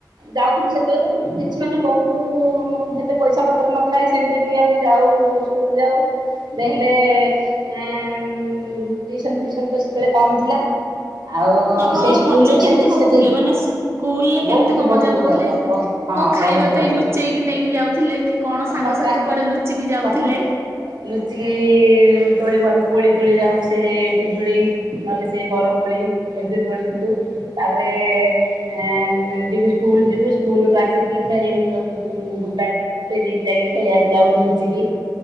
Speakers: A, on the right; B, on the right.
A: ଯାଉଥିଲୁ ସେତେବେଳେ ତ କିଛି ମାନେ ବହୁତ ସେତେ ପଇସା ପତ୍ର ନଥାଏ ସେମିତି ବି ଆମେ ଯାଉ ସ୍କୁଲ ଯାଉଁ। ଯେତେ ହେଲେ ଏଁ ଟିଉସନ୍ ଫିଉସନ୍ ତ ସେତେବେଳେ କମ୍ ଥିଲା। ଆଉ
B: ତ ଆପଣଙ୍କର
A: ସେଇ ସ୍କୁଲରେ
B: ମଜା
A: ବି
B: କେମିତି
A: ସେତିକି
B: କରୁଥିଲେ
A: ସେତିକି
B: ମାନେ ସ୍କୁଲରେ କେମିତି
A: ବହୁତ
B: କଣ ମଜା
A: ବହୁତ
B: କରୁଥିଲେ?
A: ଭଲ ହବ। ହଁ
B: କଣ ଖାଇବା
A: ବହୁତ
B: ପାଇଁ
A: ଭଲ।
B: ଲୁଚେଇକି ନେଇକି ଯାଉଥିଲେ କି କଣ ସାଙ୍ଗସାଥି
A: ଖଟା
B: କୁଆଡେ ଲୁଚିକି ଯାଉଥିଲେ?
A: ଖଟା ଲୁଚିକି ତୋଳିବ ଆମେ କୋଳି ତୋଳି ଯାଉଁ ସେ ପିଜୁଳି ନହେଲେ ସେ ବରକୋଳି ଏମିତି ତୋଳୁଥିଲୁ ତାପରେ ଆଁ ଏଁମଁ ଯିବୁ ସ୍କୁଲ ଯିବୁ ସ୍କୁଲ ରୁ ଆସିକି ଖେଳିବୁ ସବୁ ବ୍ୟଗ ପତର ପକେଇ ଦେଇକି ଯାଇକି ଖେଳିବାକୁ ଯାଉଁ ଲୁଚିକି